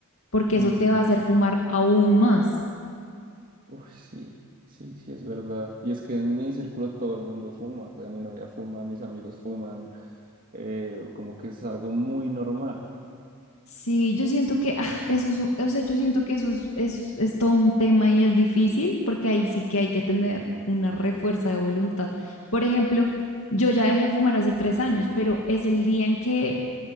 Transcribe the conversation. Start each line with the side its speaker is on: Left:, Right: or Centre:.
Left: porque
Right: Mm,
Left: eso te va a hacer fumar aún más.
Right: uy, sí, sí, sí, es verdad. Y es que en mi círculo todo el mundo fuma, o sea, mi novia fuma, mis amigos fuman, eh, como que es algo muy normal.
Left: Sí, yo siento que ah, eso es, o sea, yo siento que eso es, es, es todo un tema y es difícil porque ahí sí que hay que tener una refuerza de voluntad. Por ejemplo, yo ya dejé de fumar hace tres años, pero es el día en que